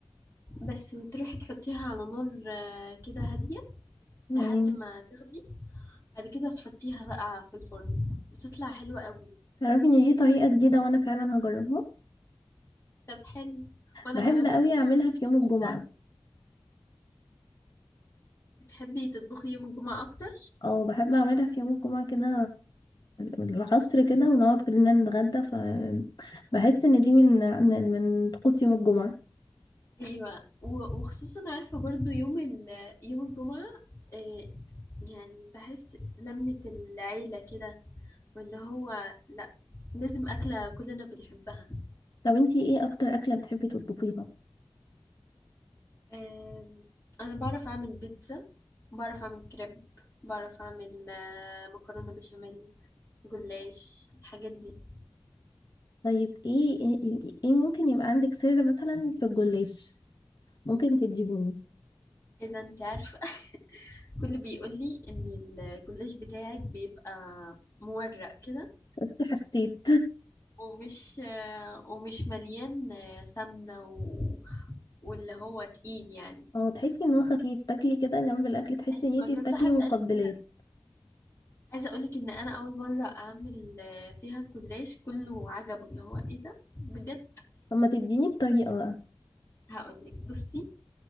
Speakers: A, on the left; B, on the left.
A: بس وتروحي تحطيها على نار آه، كده هادية
B: تمام
A: لحد ما تغلي بعد كده تحطيها بقى في الفرن بتطلع حلوة قوي
B: تعرفي ان دي طريقة جديدة وانا فعلا هجربها
A: طب حلو وأنا
B: بحب
A: كمان
B: قوي
A: هجرب
B: اعملها
A: الطريقة
B: في يوم الجمعة
A: بتاعتك بتحبي تطبخي يوم الجمعة أكتر؟
B: او بحب اعملها في يوم الجمعة كده العصر كده ونقعد كلنا نتغدى فبحس ان دي من من من طقوس يوم الجمعة
A: أيوة و- وخصوصا عارفة برضو يوم ال... يوم الجمعة آه، يعني بحس لمة العيلة كده واللي هو لأ لازم أكلة كلنا بنحبها
B: طب انتي ايه اكتر اكلة بتحبي تطبخيها
A: آم، انا بعرف اعمل بيتزا بعرف اعمل كريب بعرف اعمل آه، مكرونه بشاميل جلاش الحاجات دي
B: طيب ايه ايه, إيه ممكن يبقى عندك سر مثلا في الجلاش ممكن تديهوني
A: ايه ده انت عارفه <laughs> كل بيقول لي ان الجلاش بتاعك بيبقى مورق كده
B: شفتي حسيت
A: ومش آه، ومش مليان آه، سمنه و... واللي هو تقيل يعني
B: اه تحسي ان هو خفيف تاكلي كده جنب الاكل تحسي
A: ايوه
B: ان انتي
A: كذا
B: بتاكلي
A: حد
B: مقبلات
A: قال لي كده عايزه اقول لك ان انا اول مره اعمل آه، فيها الجلاش كله عجبه اللي هو ايه ده بجد
B: طب ما تديني الطريقة بقى
A: <laughs> هقول لك بصي